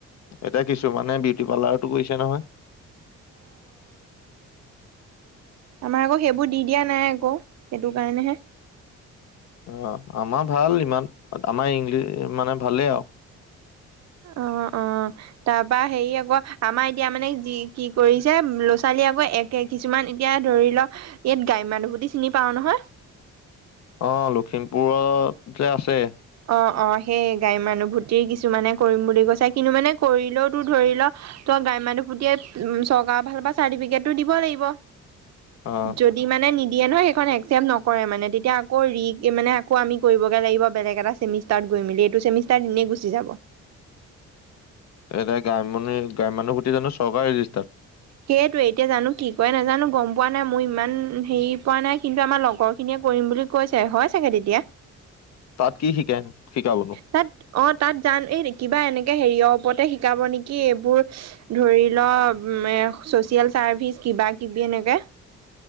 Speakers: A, on the left (about 60°); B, on the right (about 60°).
A: এতিয়া কিছুমানে বিউটি পাৰ্লাৰতো কৰিছে নহয়।
B: আমাৰ আকৌ সেইবোৰ দি দিয়া নাই আকৌ সেইটো কাৰণেহে,
A: অ' আমাৰ ভাল ইমান আমাৰ ইংলিছ মানে ভালেই আৰু
B: অ' অ' তাৰ পৰাৰা হেৰি আকৌ আমাৰ এতিয়া মানে যি কি কৰিছে ল'ৰা ছোৱালীয়ে আকৌ একে কিছুমান এতিয়া ধৰি লওক ইয়াত গাই মানুহপুটি চিনি পাও নহয়।
A: অ' লখিমপুৰত যে আছে,
B: অ' অ' সেই গাই মানুহভূতি কিছুমানে কৰিম বুলি কৈছে কিন্তু মানে কৰিলেও তো ধৰি ল গাই মানুহভূতি উ চৰকাৰাল চাৰ্টিফিকেটো ও দিব লাগিব
A: অ',
B: যদি মানে নিজ দিয়ে নহয় সেইখন একচেপ্ট নকৰে মানে তেতিয়া আকৌ ৰিক মানে আকৌ আমি কৰিবগৈ লাগিব বেলেগ এটা ছেমিষ্টাৰৰ গৈ মেলি এইটো ছেমিষ্টাৰৰ এনেই গুচি যাব
A: এতিয়া গগা গ্ৰাম মানুহ সুটি জানো চৰকাৰ ৰেজিষ্টাৰ
B: সেইটোৱে এতিয়া জানো কি ক নাজানো গম পোৱা নাই মোৰ ইমান হেৰি পোৱা নাই কিন্তু আমাৰ লগৰ খিনিয়ে কৰিম বুলি কৈছে হয় চাগে তেতিয়া
A: তাত কি শিকাইনো শিকাবনো?
B: তাত অ' তাত যান এই কি'বা এনেকে হেৰিয়ৰ ওপৰতে শিকাব নেকি এইবোৰ ধৰি ল এ চচিয়েল চাৰ্ভিচ কিবা কিবি এনেকে